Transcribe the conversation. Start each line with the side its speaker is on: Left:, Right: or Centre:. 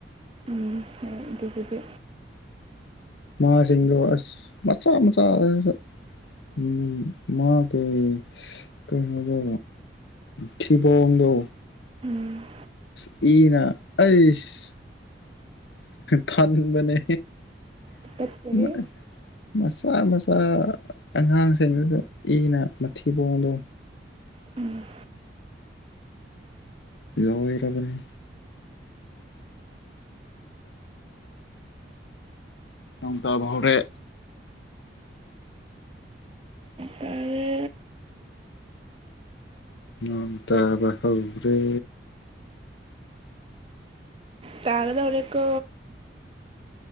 Right: ꯎꯝ ꯍꯣꯏ ꯑꯗꯨꯕꯨꯗꯤ
Left: ꯃꯥꯁꯤꯡꯗꯣ ꯑꯁ ꯃꯆꯥ ꯃꯆꯥ ꯑꯗꯨꯁꯨ ꯎꯨꯝ ꯃꯥꯒꯤ ꯀꯩꯅꯣꯗꯣ ꯊꯤꯕꯣꯡꯗꯣ
Right: ꯎꯝ
Left: ꯏꯁ ꯏꯅ ꯑꯩꯁ ꯊꯟꯕꯅꯦ
Right: ꯇꯨꯀꯠꯆꯩꯍꯦ
Left: <unintelligible> ꯃꯆꯥ ꯃꯆꯥ ꯑꯉꯥꯡꯁꯤꯡꯗꯨꯁꯨ ꯏꯅ ꯃꯊꯤꯕꯣꯡꯗꯣ
Right: ꯎꯝ
Left: ꯂꯣꯏꯔꯕꯅꯦ ꯅꯣꯡ ꯇꯥꯕ ꯍꯧꯔꯦ
Right: ꯇꯥꯔꯦ
Left: ꯅꯣꯡ ꯇꯥꯕꯥ ꯍꯧꯔꯦ
Right: ꯇꯥꯒꯗꯧꯔꯦꯀꯣ